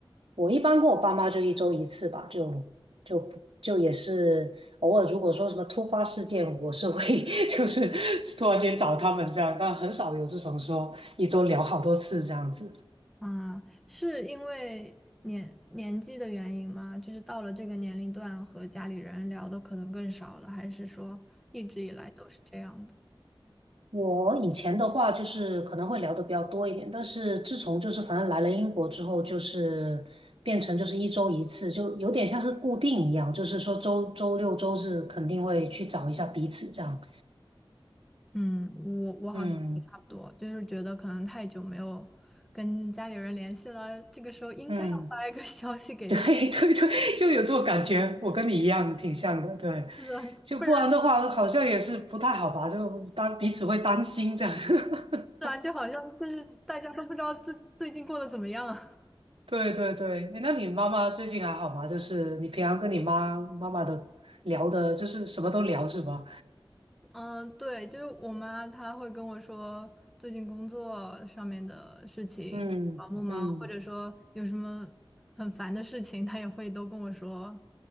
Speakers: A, on the right (about 80°); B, in the centre.
A: 我一般跟我爸妈就一周一次吧，就就就也是偶尔，如果说什么突发事件，我是会 <laughs> 就是突然间找他们这样，但很少有这种说一周聊好多次这样子。
B: 啊，是因为年年纪的原因吗？就是到了这个年龄段，和家里人聊的可能更少了，还是说一直以来都是这样的？
A: 我以前的话就是可能会聊的比较多一点，但是自从就是反正来了英国之后，就是变成就是一周一次，就有点像是固定一样，就是说周周六周日肯定会去找一下彼此这样。
B: 嗯，我我好像也差不多，
A: 嗯
B: 就是觉得可能太久没有跟家里人联系了，这个时候应该要发一个
A: 嗯，
B: <laughs> 消息给他，
A: 对 <laughs> 对对，就有这种感觉，我跟你一样，挺像的。对，
B: 是的，
A: 就不然的话，好像也是不太好吧，就当彼此会担心这样。<laughs>
B: 是啊，就好像就是大家都不知道最最近过得怎么样。
A: 对对对，诶那你妈妈最近还好吗？就是你平常跟你妈妈妈的聊的，就是什么都聊是吧？
B: <laughs> 嗯，对，就是我妈她会跟我说最近工作上面的事情忙不忙，
A: 嗯嗯，
B: 或者说有什么很烦的事情，她也会都跟我说。